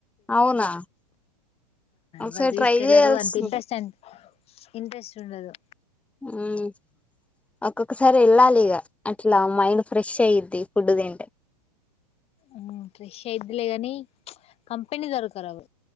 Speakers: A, in the centre; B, on the left (about 30°).
A: అవునా ఒకసారి
B: బ తీస్కెళ్లదు
A: ట్రై చేయాల్సింది
B: అంత ఇంట్రెస్ట్ అం ఇంట్రెస్ట్ ఉండదు
A: ఉమ్ ఒక్కొక్కసారి వెళ్ళాలి ఇక అట్లా మైండ్ ఫ్రెష్ అయ్యద్ది ఫుడ్ తింటే
B: ఉమ్ ఫ్రెష్ అయిద్లే గానీ ప్చ్ కంపెనీ దొరకారు అవ